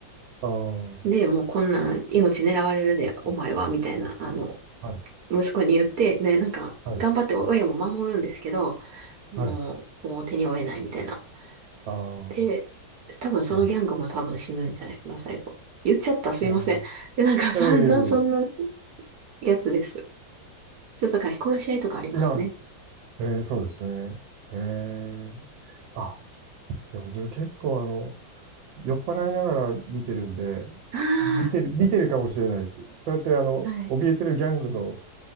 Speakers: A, on the right; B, on the right.
A: ああ、は
B: で、もうこんなん命狙われるで、お前は、みたいな、あの、
A: い、
B: 息子に言って、ね、なんか、
A: はい、
B: 頑張って親も守るんですけど、もう、
A: はい。
B: もう手に負えないみたいな
A: ああ、は
B: で、多分そのギャングも多分死ぬんじゃないかな、
A: い。
B: 最後。言っちゃった、すいません。
A: えー、
B: で、なんかそんな、
A: いやいやいやいや、
B: そんなやつです。ちょっとだから殺し合いとかありますね。
A: いや、えーそうですね。えー、あ、でも自分結構あの、酔っ払いながら見てるんで、
B: あ
A: 見てる、見てるかもしれないです。そうやってあの、
B: あ、はい。
A: 怯えてるギャングの